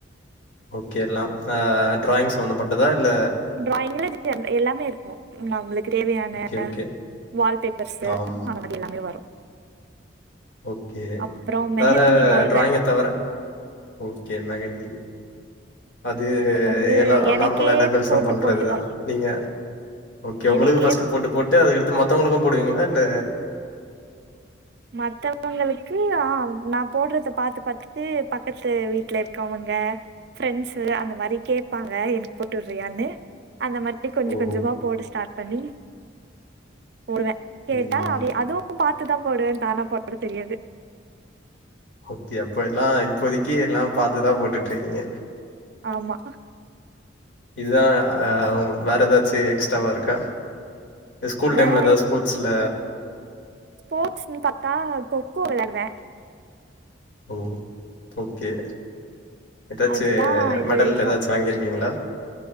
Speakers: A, on the left; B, on the right.
A: ஓகே எல்லாம் ஆ ட்ராயிங் சமந்தப்பட்டதா இல்ல
B: டிராயிங்ல எல்லாமே இருக்கும் நம்ளுக்கு தேவயான
A: ஓகே, ஓகே.
B: வால் பேப்பர்ஸ்ஸு
A: ஆம்.
B: எல்லாமே வரும்
A: ஓக்கே
B: அப்புறோ மெஹந்தி
A: வேற
B: போடுவே
A: ட்ராய்ங்க தவர ஓக்கே மெகந்தி அது
B: வந்து
A: எல்லா
B: எனக்கே
A: நார்மலா எல்லா கேர்ள்ஸும்
B: போட்டு
A: பண்றதுதா
B: போட்டுதா
A: நீங்க ஓக்கே உங்குளுக்கு
B: எனக்கே
A: ஃபஸ்ட்டு போட்டு போட்டு அதுக்கடுத்து மத்தவுங்ளுக்கும் போடுவிங்களா இல்ல
B: மத்தவங்களுக்கு ஆ நா போட்றத பாத்து பாத்துட்டு பக்கத்து வீட்ல இருக்கவுங்க ஃப்ரண்ட்ஸ்ஸு அந்த மாரி கேப்பாங்க எனக் போட்டு உட்றியானு அந்த மாரி கொஞ்சோ
A: ஓஹோ!
B: கொஞ்சமா போட ஸ்டாட் பண்ணி போடுவே கேட்டா
A: ம்.
B: அதுவு பாத்துதா போடுவே தானா போட தெரியாது
A: ஓக்கே அப்ப எல்லா இப்போதிக்கு எல்லா பாத்துதா போட்டுட்ருக்கிங்க
B: ஆமா
A: இதுதா ஆ உங்குள் வேற எதாச்சி எக்ஸ்ட்ராவாருக்கா இது ஸ்கூல் டைம்ல
B: வேற
A: எதாது ஸ்போர்ட்ஸ்ல
B: ஸ்போட்ஸ்னு பாத்தா கொக் கோ வெளாடுவே
A: ஓ ஓக்கே எதாச்சி
B: அதுதா இது
A: மெடல்
B: வரைக்கு
A: எதாச்சி வாங்கிர்க்கிங்ளா